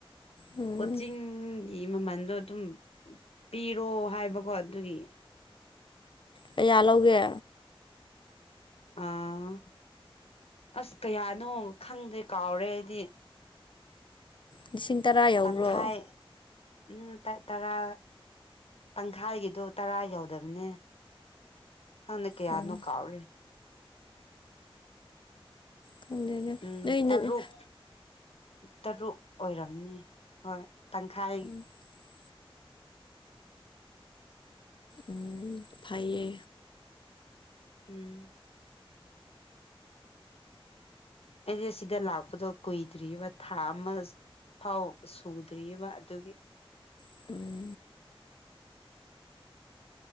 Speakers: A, on the left; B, on the left.
A: ꯎꯝ
B: ꯀꯣꯆꯤꯡ <unintelligible> ꯒꯤ ꯃꯃꯟꯗꯣ ꯑꯗꯨꯝ ꯄꯤꯔꯣ ꯍꯥꯏꯕꯀꯣ ꯑꯗꯨꯒꯤ
A: ꯀꯌꯥ ꯂꯧꯒꯦ
B: ꯑꯥ ꯑꯁ ꯀꯌꯥꯅꯣ ꯈꯪꯗꯦ ꯀꯥꯎꯔꯦ ꯑꯩꯗꯤ
A: ꯂꯤꯁꯤꯡ ꯇꯔꯥ ꯌꯧꯕ꯭ꯔꯣ
B: ꯇꯪꯈꯥꯏ ꯎꯝ <unintelligible> ꯇꯔꯥ ꯇꯪꯈꯥꯏꯒꯤꯗꯣ ꯇꯔꯥ ꯌꯧꯗꯕꯅꯦ ꯈꯡꯗꯦ ꯀꯌꯥꯅꯣ
A: ꯎꯝ
B: ꯀꯥꯎꯔꯦ
A: ꯈꯪꯗꯦꯅꯦ
B: ꯎꯝ
A: ꯅꯣꯏ
B: ꯇꯔꯨꯛ ꯇꯔꯨꯛ ꯑꯣꯏꯔꯝꯅꯤ ꯍꯣꯏ ꯇꯪꯈꯥꯏ
A: <inaudible> ꯎꯝ ꯐꯩꯌꯦ
B: ꯎꯝ ꯑꯩꯗꯤ ꯁꯤꯗ ꯂꯥꯛꯄꯗꯣ ꯀꯨꯏꯗ꯭ꯔꯤꯕ ꯊꯥ ꯑꯃ ꯐꯥꯎ ꯁꯨꯗ꯭ꯔꯤꯕ ꯑꯗꯨꯒꯤ
A: <inaudible>